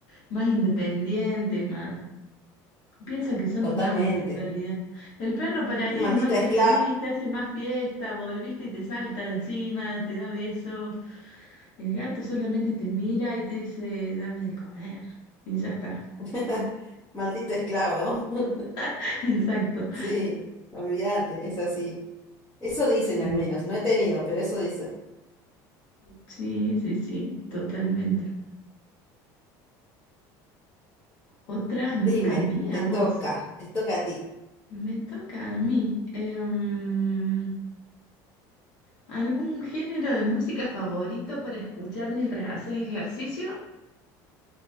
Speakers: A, on the left; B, on the left.
A: más independientes, más... Piensan que son
B: Totalmente.
A: tus amos en realidad. El perro por ahí es
B: Maldito
A: más feliz,
B: esclavo.
A: te hace más fiesta, volviste y te salta de encima, te da besos. El gato solamente te mira y te dice, dame de comer. Y ya está.
B: <laughs> Maldito esclavo. <laughs>
A: <laughs> Exacto.
B: Sí, olvídate, es así. Eso dicen
A: Sí,
B: al menos, no he tenido, pero eso dicen.
A: sí, sí, sí, totalmente. Otra, me
B: Dime,
A: toca a mí, a
B: te
A: vos.
B: toca, te toca a ti.
A: Me toca a mí. Em, ¿algún género de música favorito para escuchar mientras haces ejercicio?